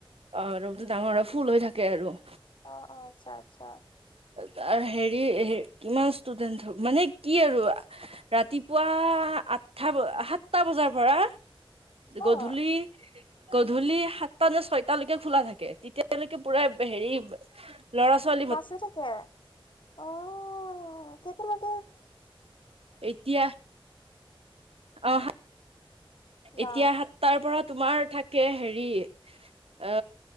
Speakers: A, on the right; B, on the left.
A: অ' ৰুমটো ডাঙৰ হয় ফুল হৈ থাকে আৰু।
B: অ' অ' আচ্ছা, আচ্ছা।
A: তাৰ হেৰি কিমান ষ্টুডেন্ট মানে কি আৰু ৰাতিপুৱা আঠথা, সাতটা বজাৰ পৰা
B: অ',
A: গধূলি, গধূলি সাতটা নে ছয়টালৈকে খোলা থাকে। তেতিয়া এতিয়ালৈকে পুৰা হেৰি ল'ৰা-ছোৱালী
B: ক্লাছ হৈ থাকে, অ' কেইটা লৈকে।
A: এতিয়া। অহ,
B: বা
A: এতিয়া সাতটাৰ পৰা তোমাৰ থাকে হেৰি। অ